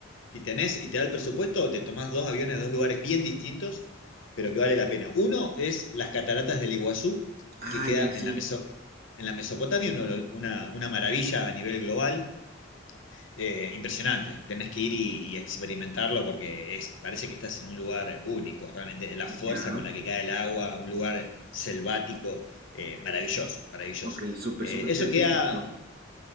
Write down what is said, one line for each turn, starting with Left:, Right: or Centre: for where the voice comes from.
Left: Si tenés y te da el presupuesto, te tomás dos aviones, de dos lugares bien distintos, pero que vale la pena. Uno es las cataratas del Iguazú,
Right: Ah,
Left: que queda
Right: ya sí.
Left: en la, Meso- en la Mesopotamia, uno- una, una maravilla a nivel global. eh, impresionante, tenés que ir y, y experimentarlo porque es, parece que estás en un lugar único, realmente la fuerza
Right: Ya.
Left: con la que cae el agua, un lugar selvático, eh, maravilloso, maravilloso.
Right: Ok, súper,
Left: Eh,
Right: súper.
Left: eso
Right: creo que
Left: queda,
Right: he escuchado,